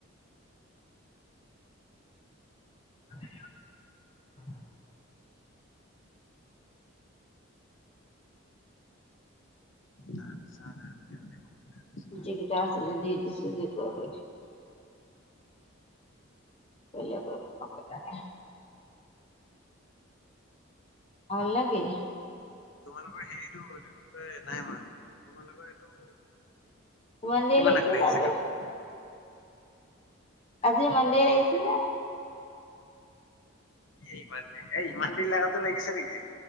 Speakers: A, on the left (about 30°); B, on the left (about 65°).
A: <unintelligible>
B: তাৰপিছ আৰু ফেমিলি সৈতে
A: যিকেইটা আছিলে দি দিছোঁ, যি কৰ কৰি থাকিবি। কৰিলে কৰিব নকৰিলে নাই অ লাগে
B: তোমালোকৰ হেৰিটো এইটো কি কয় নাই হোৱা তোমালোকৰ এইটো
A: ইমান
B: কিমান
A: দেৰি লাগিছে
B: আগবাঢ়িছে
A: যে আজি
B: কামটো
A: আজি মন্দিৰ আহিছ নে?
B: এ ইমান দে এ ইমান দেৰি লগাটো লাগিছে নেকি